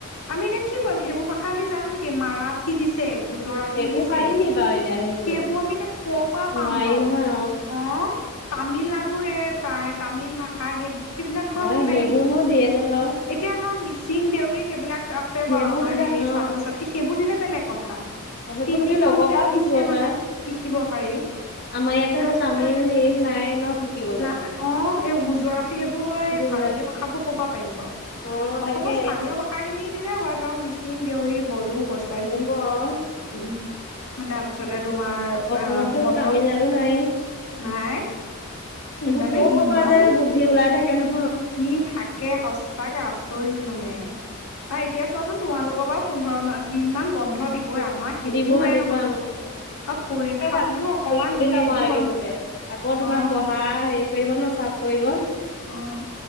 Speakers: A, on the left (about 80°); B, on the left (about 45°).
A: আমি এতিয়া কি কৰিম সেইবোৰ ভাষা ভাষা আমি জানো নেকি মাৰাঠী দিছে, গুজ জৰাটী
B: সেইবোৰ
A: দিছে
B: পাৰি নি বাৰু এতিয়া হেৰি কৰিবলে
A: সেইবোৰ আমি এতিয়া ক' ৰ পৰা পাম
B: নোৱাৰি
A: বাৰু
B: নহয়
A: অ, তামিলনাডু সেহে তে তামিল ভাষা সেইবোৰ সেইবিলাক বোৰ
B: অ',
A: আমি পাৰিম
B: সেইবোৰনো
A: নেকি?
B: দিয়ে নে বাৰু
A: এতিয়া ধৰা মিচিং, দেউৰী সেইবিলাক আছে
B: সেইবোৰ
A: বাৰু আমাৰ
B: দিলে
A: হেৰি
B: অ',
A: ছাত্ৰ-ছাত্ৰী সেইবোৰ দিলে বেলেগ কথা
B: সেইবোৰ
A: তেনেকুৱা
B: তুমি লগৰ
A: বিলাক
B: পৰাও শিকিব
A: দিছে মানে
B: পাৰা
A: শিকিব পাৰি
B: আমাৰ ইয়াতো
A: তাৰপিছতে
B: এইবোৰ তামিল হেৰি নাই ন শিকিবলৈও
A: না অ, এই গুজৰাটী সেইবোৰ হয় ভা
B: গুজৰাট
A: ভাৰতীয় ভাষাবোৰ ক'ৰপা পাৰিম বাওঁ।
B: অ',
A: অসমৰ
B: তাকে
A: স্থানীয় ভাষাখিনি দিলেই হয় ধৰক মিচিং, দেউৰী, বড়ো কছাৰী
B: সেইবোৰ অ',
A: উম তাৰপিছতে। তোমাৰ
B: অসমততো
A: আহ
B: এইবোৰ
A: মটক
B: তামিলনাডু নাই
A: নাই।
B: এইবোৰ
A: মানে
B: ক
A: ইমান
B: কপা যে বুদ্ধি ওলাই থাকে নহয়।
A: দি থাকে সচাক আচৰিত মানে। বা এতিয়া চোৱাচোন তোমালোকৰ ৰাৰু পোন্ধৰ দিন মান বন্ধ। দিবই আমাৰ সেইটোও
B: দিব
A: নাই
B: দিবা
A: নহয়।
B: আমাৰ প ভাল।
A: আৰু পৰীক্ষা
B: তাকে ভাবিছো
A: বুলিও অকমান
B: পঢ়িবলে
A: দুই
B: যাম
A: এদিন
B: আৰু এইগিদিনতে
A: বন্ধ
B: আকৌ তোমাৰ
A: অ',
B: পঢ়া হেৰি। পৰিব ন চাফ পৰিব,
A: অ'।